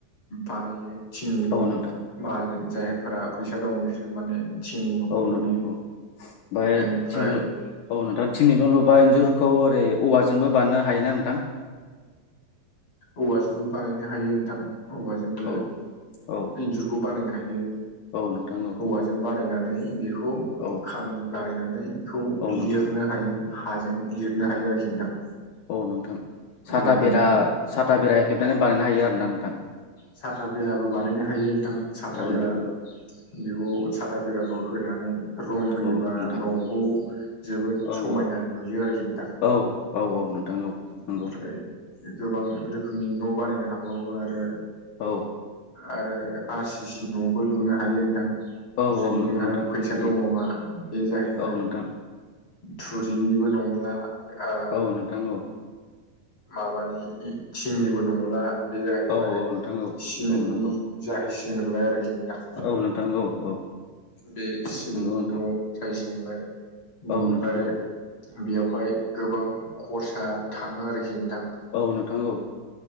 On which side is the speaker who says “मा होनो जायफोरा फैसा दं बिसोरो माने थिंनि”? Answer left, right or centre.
Left